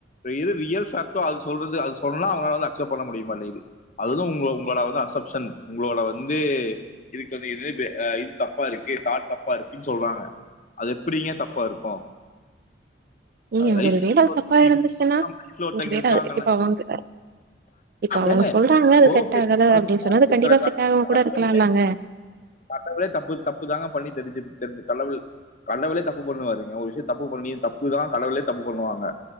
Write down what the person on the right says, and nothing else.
ஏங்க
ஒரு வேல அது தப்பா இருந்துச்சுன்னா
ஒரு வேல
இப்ப அவங்க இப்ப அவங்க
சொல்றாங்க அது
செட் ஆகுது அப்டின்னு சொன்னா அது
கண்டிப்பா
செட் ஆகமா
கூட இருக்கலால்லங்க